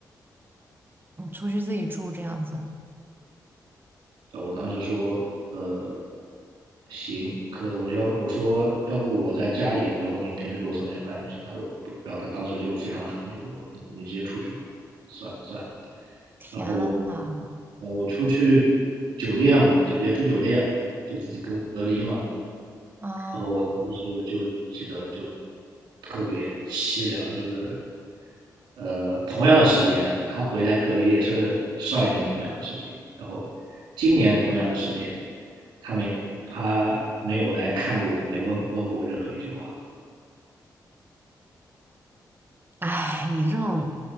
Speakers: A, on the right; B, on the right.
A: 你出去自己住这样子，
B: 呃我当时说，呃，行，可我要我说，要不我在家里，然后你平时给我送点饭就行。他说不，然后他当时就非常狠，就说你你直接出去吧，算算了。
A: 天呐，
B: 然后我，呃，我出去酒店嘛，酒店住酒店，就自己隔隔离嘛。
A: 啊。
B: 然后我当时我就记得就特别凄凉，就是，呃，同样的时间，他回来隔离也是上一年同样的时间，然后今年同样的时间，他没他没有来看过我，没问问过我任何一句话。
A: 哎，你这种